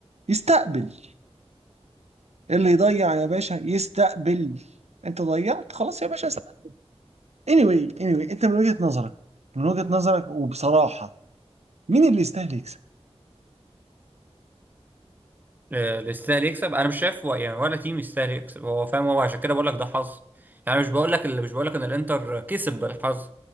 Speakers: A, on the right; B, on the right.
A: يستقبل اللي يضيع يا باشا يستقبل أنت ضيعت خلاص يا باشا استقبل anyway anyway أنت من وجهة نظرك من وجهة نظرك وبصراحة مين اللي يستاهل يكسب؟
B: آه، اللي يستاهل يكسب انا مش شايف و- يعني ولا تيم يستاهل يكسب هو فاهم هو عشان كده بقول لك ده حظ يعني مش بقول لك اللي مش بقول لك ان الانتر كسب بالحظ